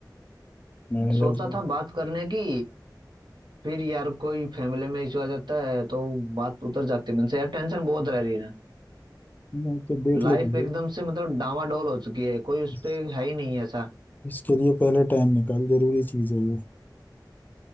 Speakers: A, on the left; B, on the right.
A: मैनेजर
B: सोचा
A: से
B: था बात करने की फिर यार कोई फैमिली में इशू आ जाता है तो बात उतर जाती है मन से यार टेंशन बहुत रह रही है
A: मैं तो देख
B: लाइफ
A: ले बंदी
B: एकदम से मतलब डामाडोल हो चुकी है कोई उस
A: इस-
B: पे है ही नहीं ऐसा
A: इसके लिए पहले टाइम निकाल जरूरी चीज है ये